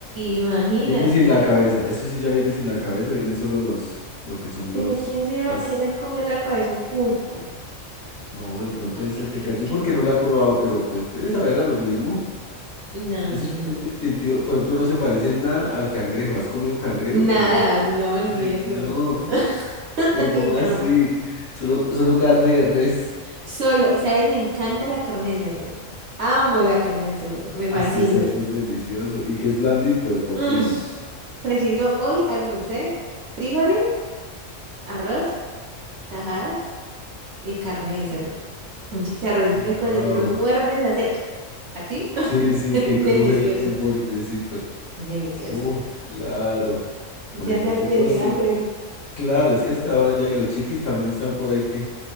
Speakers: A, on the right; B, on the left.
A: Imagínate.
B: Viene sin la cabeza, eso sí ya viene sin la cabeza, viene solo los, lo que son
A: Pero
B: los,
A: ¿quién se va
B: las,
A: a querer comer la cabeza a un pulpo?
B: no, de pronto
A: <laughs>
B: debe ser rica. Yo porque no la he probado, pero pues debe saber a lo mismo.
A: No,
B: Eso
A: no,
B: sí
A: no,
B: es
A: no.
B: distintivo, por ejemplo, no se parece en nada al cangrejo. ¿Has comido cangrejo?
A: Nada,
B: El cangrejo. es del-
A: no, ni
B: Ay,
A: eso.
B: no.
A: <laughs>
B: Pero como
A: Ay, no.
B: así, solo, solo carne de res.
A: Solo, y sabes, me encanta la carne de cerdo. Amo la carne de cerdo, me
B: Ah,
A: fascina.
B: es que el cerdo es delicioso y que es blandito de por
A: Mm.
B: sí.
A: Preciso, hoy almorcé frijoles, arroz, tajadas y carne de cerdo. Un chicharroncito
B: Wow.
A: cuando tú lo muerdes hace así.
B: Sí,
A: <laughs>
B: sí, que
A: Delicioso,
B: cruje el, el bordecito.
A: delicioso.
B: Uf, claro.
A: Ya
B: Imagínate,
A: me, me
B: no,
A: dio
B: sí,
A: hambre.
B: claro, es que hasta ahora ya y los chiquis también están por ahí que,